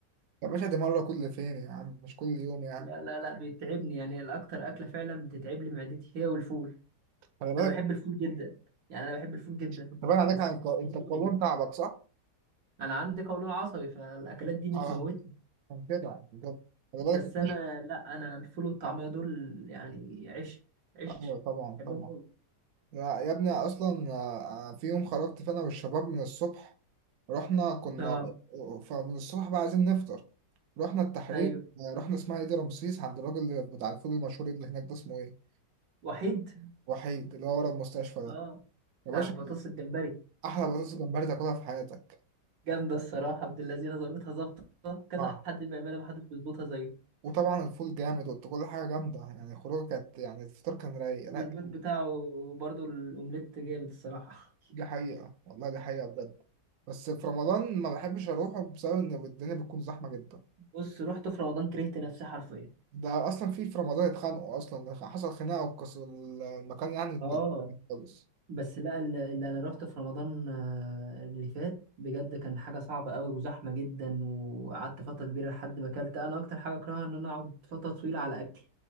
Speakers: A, on the right; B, on the right.
A: يا باشا دي مرة كل فين يا عم مش كل يوم يعني
B: لا لا لا بيتعبني يعني الاكتر اكله فعلا بتتعب لي معدتي هي والفول
A: خلي بالك
B: انا بحب الفول جدا يعني انا بحب الفول جدا
A: انت باين عليك
B: بس
A: على الق- انت
B: برضه
A: القولون
B: ما- يجيش.
A: تعبك صح؟
B: انا عندي قولون عصبي فالاكلات دي بتموتني
A: اه كان كده عشان كده. خلي بالك
B: بس
A: الكشري
B: انا لا انا الفول والطعميه دول يعني عيش عيش
A: ايوه طبعا
B: بحبهم
A: طبعا
B: قوي
A: يا يا ابني اصلا آه، آه، في يوم خرجت فانا والشباب من الصبح رحنا كنا
B: اه
A: فمن الصبح بقى عايزين نفطر رحنا التحرير
B: ايوه
A: آه، رحنا اسمها ايه دي رمسيس عند الراجل اللي بتاع الفول المشهور اللي هناك ده اسمه ايه
B: وحيد
A: وحيد اللي هو ورا المستشفى ده
B: اه
A: يا
B: بتاع
A: باشا
B: بطاطس الجمبري
A: احلى بطاطس جمبري تاكلها في حياتك
B: جامده الصراحه عبد اللذينه ظابطها ظابطه كذا
A: آه.
B: حد بيعملها ما حدش بيظبطها زيه
A: وطبعا الفول جامد وقلت كل حاجه جامده يعني الخروجه كانت يعني الفطار كان رايق
B: والبيض
A: لا
B: بتاعه برضه الاومليت جامد الصراحه
A: دي حقيقه والله دي حقيقه بجد بس في رمضان ما بحبش اروحه بسبب ان الدنيا بتكون زحمه جدا
B: بص رحت في رمضان كرهت نفسي حرفيا
A: ده اصلا في في رمضان اتخانقوا اصلا حصل خناقه وكس المكان يعني
B: اه
A: خالص
B: بس لا ال- اللي انا رحت في رمضان آه، اللي فات بجد كان حاجه صعبه قوي وزحمه جدا وقعدت فتره كبيره لحد ما اكلت انا اكتر حاجه اكرهها ان انا اقعد فتره طويله على اكلي